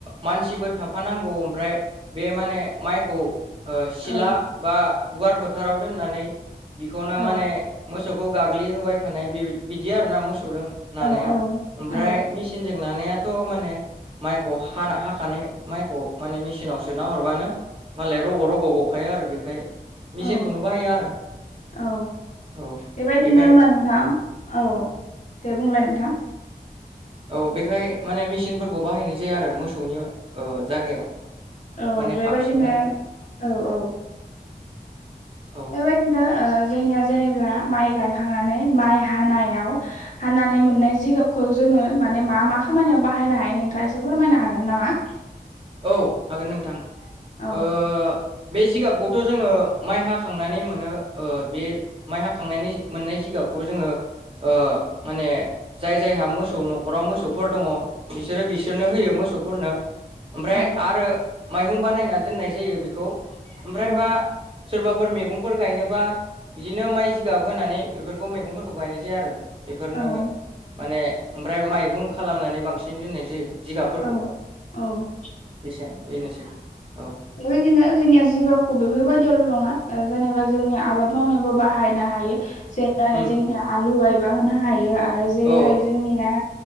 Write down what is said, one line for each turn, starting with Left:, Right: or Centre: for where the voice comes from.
Right: मानसिबो थाफानांगौ ओमफ्राय बे माने माइखौ ओ सिला
Left: औ
Right: बा गुवार फोथाराव दोननानै बिखौनो
Left: औ
Right: माने मोसौ खौ गाग्लि होबाय थानाय बिबा बिदि आरोना मोसौदों नानाया
Left: औ
Right: ओमफ्राय
Left: औ
Right: मिचिन चिनजों नानायाथ' माने माइखौ हाना हाखानाय माइखौ माने मेचिनावसो सोना हरबानो मालाय रग' रग' गखायो आरो बेखाय मेचिनखौनो
Left: औ
Right: बाहायो आरो
Left: औ
Right: औ
Left: बेबायदिनो
Right: बेखाय
Left: होनबा नोंथां औ दे बुंलाय नोंथां
Right: औ बेखाय माने मेसिनफोरखौ बाहायनाय जाया आरो मोसौनि ओ जागायाव
Left: औ
Right: माने
Left: बेबायदिनो
Right: थाबसिन जानायखाय
Left: औ औ
Right: औ
Left: बेबायदिनो ओ जोंनिया जेनेबा माइ गायखांनानै माइ हानायाव हाननानै मोननाय जिगाबखौ जोंङो माने मा मा खामानियाव बाहायनो हायो नोंथांङा एसे फोरमायनो हागोन नामा?
Right: औ हागोन नोंथां
Left: औ
Right: ओ बे जिगाबखौथ' जोंङो माइ हा हाखांनानै मोनो ओ बे माइ हाखांनानै मोननाय जिगाबखौ जोंङो ओ माने जाय जायहा मोसौ न'खराव मोसौफोर दंङ बिसोरो बिसोरनो होयो मोसौफोरनो ओमफ्राय
Left: औ
Right: आरो माइहुं बानायना दोननाय जायो बेखौ ओमफ्रायबा
Left: औ
Right: सोरबाफोर मैगंफोर गायनोबा बिदिनो माइ जिगाब होनानै बेफोरखौ मैगंफोरखौ गायनाय जायो आरो। बेफोरनो
Left: औ
Right: माने ओमफ्राय माइहुं खालामनानै बांसिन दोननाय जायो जिगाबफोरखौ
Left: औ औ
Right: बेसां बेनोसै औ
Left: बेबायदिनो जोंनिया जिगाबखौ बेफोरबायदियावल' नंङा जेनेबा जोंनि आबाद मावनायावाबबो बाहायनो हायो। जेरैहाय
Right: उम
Left: जोंनिया आलु गायबा होनो हायो आरो जेरैहाय
Right: औ
Left: जोंनिया